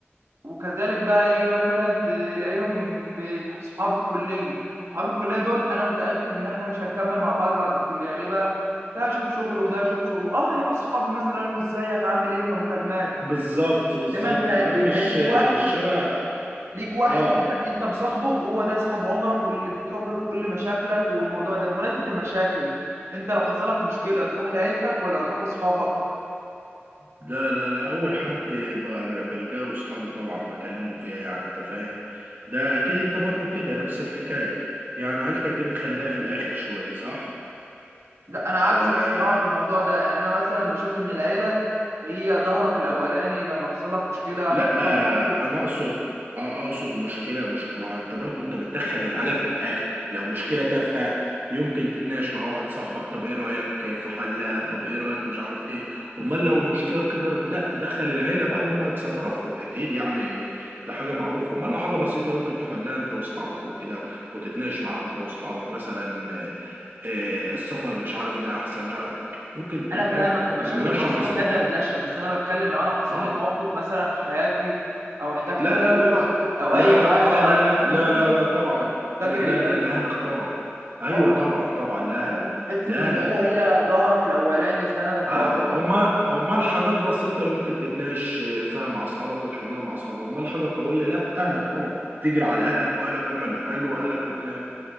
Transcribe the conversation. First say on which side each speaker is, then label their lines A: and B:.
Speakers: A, on the right; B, on the right.
A: وكذلك بقى ايه مثلا تلاقيهم في اصحاب الكليه اصحاب الكليه دول انا متاكد ان احنا مش هنكمل مع بعض بعد الكليه ليه بقى ده يشوف شغله وده يشوف شغله اه هنبقى اصحاب مثلا وازيك عامل ايه كمكالمات
B: بالظبط بالظبط
A: انما انت
B: امال
A: بيبقى
B: مش
A: ليك
B: آه،
A: واحد
B: شبه
A: ليك واحد
B: اه
A: كده انت مصاحبه هو ده صاحب عمرك واللي بتروح له بكل مشاكلك والموضوع ده بمناسبه المشاكل انت لو حصل لك مشكله تروح لعيلتك ولا تروح لاصحابك
B: لا لا لا اول حد بر- بلجأ له صحابي طبعا بكلمهم فيها يعني انت فاهم ده اكيد انت برضو كده نفس الحكايه يعني عيلتك دي بتخليها في الاخر شويه صح
A: لا انا عكسك
B: ولا
A: الصراحه في الموضوع ده يعني انا مثلا بشوف ان العيله هي ظهرك الاولاني لما حصل لك مشكله
B: لا
A: حصل
B: آه،
A: لك موقف
B: انا اقصد آه، اقصد مشكله مش ما انت برضو انت بتدخل العلا في الاخر لو مشكله تافهه يمكن تتناقش مع واحد صاحبك طب ايه رايك في حلها طب ايه رايك مش عارف ايه امال لو المشكله كبرت لا تدخل العيله بقى وهم يتصرفوا اكيد يعني ده حاجه معروفه امال لو حاجه بسيطه يمكن تحلها انت واصحابك وكده وتتناقش معاها انت واصحابك مثلا آه، آه، السفر مش عارف ده احسن مش عارف يمكن تفهم
A: انا فاهمك كمشاكل
B: من مناقشه
A: بسيطه
B: مع اصحابك
A: كدردشه
B: ده.
A: بس انا بتكلم لو انا حصل
B: اه
A: لي موقف مثلا في حياتي او احتجت
B: لا
A: فلوس
B: لا لا لا
A: او
B: لا
A: اي
B: لا
A: حاجه
B: اه
A: او
B: لا لا
A: حاجه
B: لا
A: من دي
B: لا لا طبعا
A: بجري
B: لا لا
A: للعيله
B: لا لاهلك طبعا ايوه
A: اه
B: طبعا طبعا لاهلك
A: فاهم؟ تحس
B: لاهلك
A: ان العيله هي ظهرك الاولاني سندك
B: اه
A: الاولاني
B: امال امال حاجات بسيطه يمكن تتناقش فيها مع اصحابك وتحلها مع اصحابك امال حاجه قويه لا اهلك طبعا تجري على اهلك واهلك هم اللي حلوا واهلك هم اللي يعملوا